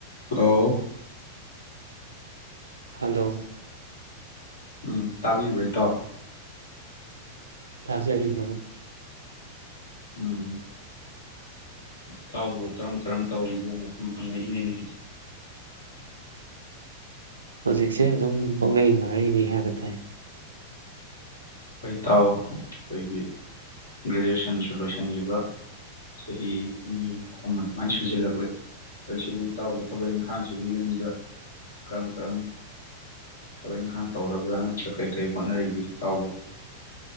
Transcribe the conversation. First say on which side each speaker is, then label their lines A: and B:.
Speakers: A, on the left; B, on the right.
A: hello
B: hello
A: ꯎꯝ ꯇꯥꯕꯤꯕꯩꯇꯣ
B: ꯇꯥꯖꯔꯤ ꯃꯔꯝ
A: ꯎꯝ ꯏ ꯊꯥꯎꯕꯨ ꯀꯔꯝ ꯀꯔꯝ ꯇꯧꯔꯤꯒꯦꯅ ꯁꯨꯝ ꯍꯪꯉꯛꯏꯅꯤꯅꯦ
B: ꯍꯧꯖꯤꯛꯁꯦ ꯑꯗꯨꯝ ꯄꯥꯅꯩ ꯃꯔꯩꯅꯤ ꯍꯥꯏꯕ ꯇꯥꯏ
A: ꯍꯣꯏ ꯏꯇꯥꯎ ꯑꯩꯈꯣꯏꯒꯤ ꯒ꯭ꯔꯦꯖꯨꯑꯦꯁꯟꯁꯨ ꯂꯣꯏꯁꯤꯟꯈꯤꯕ ꯆꯍꯤ ꯑꯅꯤ ꯑꯍꯨꯝ ꯑꯗꯨꯃꯥꯏꯅ ꯁꯨꯖꯤꯜꯂꯛꯂꯦ ꯍꯧꯖꯤꯛꯁꯤꯕꯨ ꯏꯇꯥꯎꯕ ꯊꯕꯛ ꯏꯪꯈꯥꯡꯁꯤꯕꯨ ꯌꯨꯝꯗ ꯀꯔꯝ ꯀꯔꯝ ꯊꯕꯛ ꯏꯪꯈꯥꯡ ꯇꯧꯔꯕ꯭ꯔꯥ ꯅꯠꯇ꯭ꯔꯒ ꯀꯔꯤ ꯀꯔꯤ ꯍꯣꯠꯅꯔꯤꯒꯦ ꯏꯇꯥꯎꯕꯨ